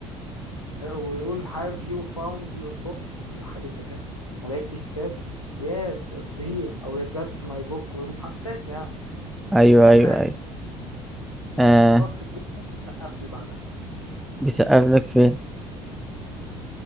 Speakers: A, on the left (about 85°); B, in the centre.
A: ويقول have you found your book ولا حاجة زي كده لقيت الكتاب yes it's here أو "Yes, that's my book ومحاكسات يعني
B: ايوه
A: فن
B: ايوه
A: عام.
B: ايوه
A: والفصل
B: آه
A: كله كان بيسقف لي بعدها
B: بيسقف لك فين